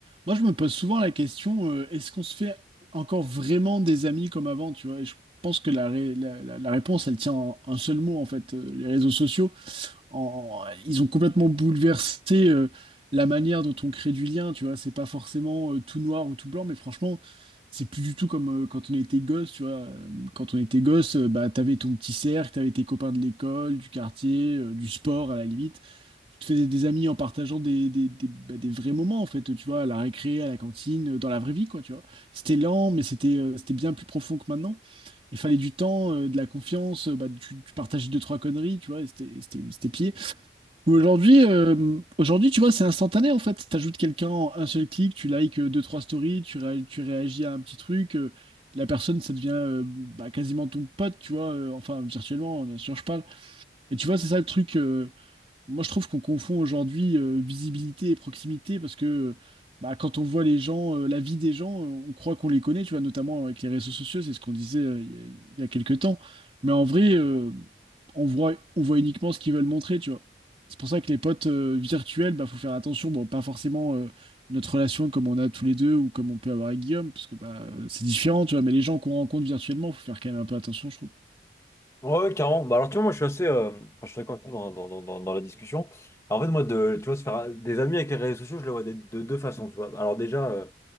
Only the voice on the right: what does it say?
Moi, je me pose souvent la question, euh, est-ce qu'on se fait encore vraiment des amis comme avant, tu vois? Et je pense que la, ré- la- la- la réponse, elle tient en un seul mot, en fait. Euh, les réseaux sociaux, en- ils ont complètement bouleversé, euh, la manière dont on crée du lien, tu vois? C'est pas forcément, euh, tout noir ou tout blanc, mais franchement, c'est plus du tout comme, euh, quand on était gosse, tu vois? Euh, Quand on était gosse, euh, bah, t'avais ton petit cercle, t'avais tes copains de l'école, du quartier, euh, du sport, à la limite tu te fais des, des amis en partageant des, des, des- bah, des vrais moments, en fait, tu vois, à la récré, à la cantine, euh, dans la vraie vie, quoi, tu vois. C'était lent, mais c'était euh, c'était bien plus profond que maintenant. Il fallait du temps, euh, de la confiance, euh, bah, tu, tu partageais deux, trois conneries, tu vois, et c'était c'était- c'était pied. Ou Aujourd'hui, euh, aujourd'hui, tu vois, c'est instantané, en fait. T'ajoutes quelqu'un en un seul clic, tu likes euh, deux, trois stories, tu, ré- tu réagis à un petit truc. euh, la personne, ça devient euh, bah, quasiment ton pote, tu vois, euh, enfin, virtuellement, hein, bien sûr, je parle. Et tu vois, c'est ça le truc. euh, moi, je trouve qu'on confond aujourd'hui euh, visibilité et proximité parce que bah, quand on voit les gens, euh, la vie des gens, euh, on croit qu'on les connaît, tu vois, notamment avec les réseaux sociaux, c'est ce qu'on disait euh, il y a, il y a quelques temps. Mais en vrai, euh, on voit, on voit uniquement ce qu'ils veulent montrer, tu vois. C'est pour ça que les potes euh, virtuels, bah, faut faire attention. Bon, pas forcément euh, notre relation comme on a tous les deux ou comme on peut avoir avec Guillaume, parce que bah, euh, c'est différent, tu vois. Mais les gens qu'on rencontre virtuellement, faut faire quand même un peu attention, je trouve.